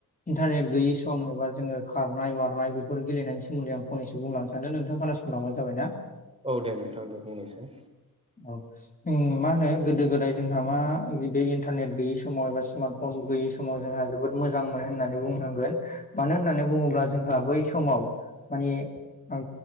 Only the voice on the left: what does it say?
इन्टारनेट गैयि सम एबा जोङो खारनाय बारनाय बेफोर गेलनायनि सोमोन्दै आं फनैसो बुंलांनो सानदों नोंथां खोनासंलबानो जाबाय ना।
औ। उम मा होनो गोदो गोदाय जोंहा मा बे इन्टारनेट गैयि समाव एबा स्मार्ट फन गैयि समाव जोंहा जोबोद मोजां मोन होननानै बुंनांगोन। मानो होननानै बुङोब्ला जोंहा बै समाव मानि आं